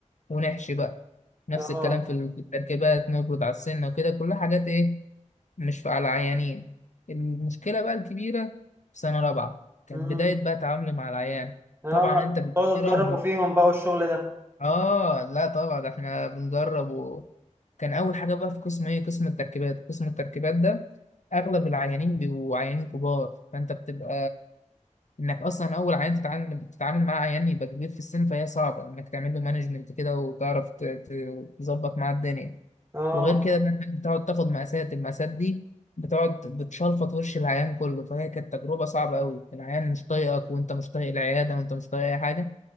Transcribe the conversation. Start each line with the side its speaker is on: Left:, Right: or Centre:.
Left: ونحشي بقى نفس
Right: اه
Left: الكلام في ال- في التركيبات نبرد على السنة وكده كلها حاجات ايه مش على عيانين المشكلة بقى الكبيرة في سنة رابعة كانت
Right: امم
Left: بداية بقى تعاملي مع العيان
Right: اه
Left: طبعا انت بيبقى
Right: تقعدوا
Left: في رهبة
Right: تجربوا فيهم بقى والشغل ده
Left: اه لا طبعا احنا بنجرب وكان اول حاجه بقى في قسم ايه قسم التركيبات قسم التركيبات ده اغلب العيانين بيبقوا عيانين كبار فانت بتبقى انك اصلا اول عيان تتعامل بتتعامل مع عيان يبقى كبير في السن فهي صعبه انك تعمل له مانجمنت كده وتعرف ت- ت- تظبط معاه الدنيا
Right: اه
Left: وغير كده بقى انك بتقعد تاخد مقاسات المقاسات دي بتقعد بتشلفط وش العيان كله فهي كانت تجربه صعبه قوي العيان مش طايقك وانت مش طايق العياده وانت مش طايق اي حاجه